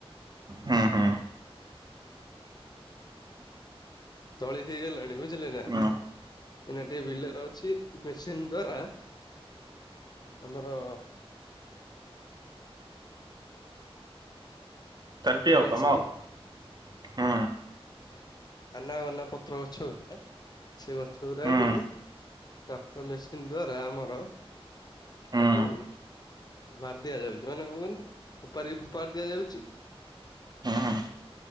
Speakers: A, on the right; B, on the left.
A: ହୁଁ ହୁଁ।
B: ତଳି ହେଇଗଲାଣି ବୁଝିଲେ ନା?
A: ହୁଁ ହୁଁ ହୁଁ
B: ଏଟା ଟିକେ ବିଲରେ ଅଛି ମେସିନ ଦ୍ଵାରା ଆମର
A: ଶାଟି
B: ହେଇଛି
A: ଆଉ କାମ ଆଉ ହୁଁ
B: କାନ ବାନା ପତ୍ର ଗଛ ଗୁଡା ସେ ଗଛ ଗୁଡାକୁ
A: ହୁଁ
B: ଟାକ୍ଟର ମେସିନ ଦ୍ଵାରା ଆମର
A: ହୁଁ
B: ତାକୁ ମାରି ଦିଆଯାଉଛି ମାନେ କଣ କଛନ୍ତି ଓପାରି ଫୋପାର ଦିଆଯାଉଛି
A: ହୁଁ ହୁଁ